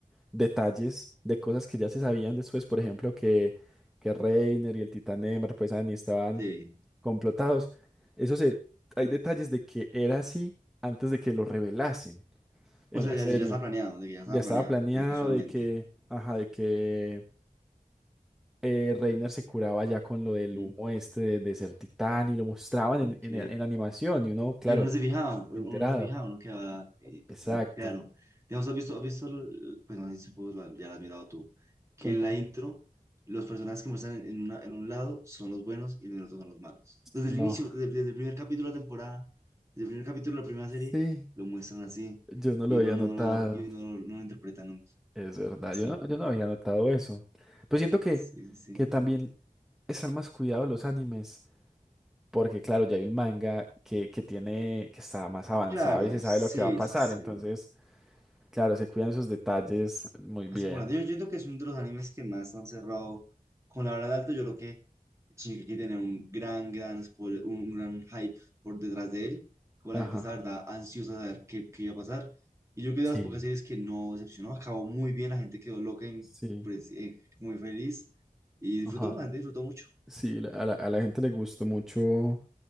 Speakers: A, in the centre; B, on the right.
A: detalles de cosas que ya se sabían después, por ejemplo, que, que Reiner y el Titán Ember, pues Annie estaban
B: Sí.
A: complotados. Eso se, hay detalles de que era así antes de que lo revelasen en
B: O sea,
A: la
B: ya,
A: serie.
B: ya está planeado, de que ya está
A: Ya estaba
B: planeado,
A: planeado
B: pues visualmente.
A: de que, ajá, de que eh, Reiner se curaba ya con lo del
B: ¿Mm?
A: humo este de, de ser titán y lo mostraban
B: Ok.
A: en, en- en animación y uno, claro,
B: Y uno no se fijaba, uno
A: enterado.
B: no se fijaba, uno quedaba, eh,
A: Exacto.
B: eh, claro. Digamos, has visto, has visto, el- pues no sé si supongo la- ya lo has mirado tú, que
A: Con
B: en
A: to-
B: la intro los personajes que muestran en, una- en un lado son los buenos y en el otro son los malos. Desde
A: No.
B: el inicio, desde, desde el primer capítulo de la temporada, desde el primer capítulo de la primera
A: Sí,
B: serie, lo muestran así
A: yo no lo
B: y
A: había
B: uno no
A: notado.
B: lo, y uno no lo, no lo interpreta nunca.
A: Es verdad,
B: Sí,
A: yo no, yo no había notado eso. Pero siento que,
B: sí, sí.
A: que también están más cuidados los animes, porque claro, ya hay un manga que, que tiene, que está más avanzado
B: Claro,
A: y se sabe
B: sí,
A: lo que va a pasar,
B: sí, sí.
A: entonces, claro, se cuidan esos detalles muy bien.
B: Así por ende, yo siento que es uno de los animes que más han cerrado con la verdad alto. Yo creo que Shingeki tiene un gran, gran, spoiler- un, un gran hype por detrás de él. Con
A: Ajá,
B: la gente, está, la verdad, ansiosa de saber qué, qué iba a pasar. Y yo creo que
A: Sí.
B: de las pocas series que no decepcionó, acabó muy bien. La gente quedó loca, y,
A: sí,
B: pues, eh, muy feliz. Y disfrutó,
A: ajá
B: la gente disfrutó mucho.
A: Sí, la- a la, a la gente le gustó mucho,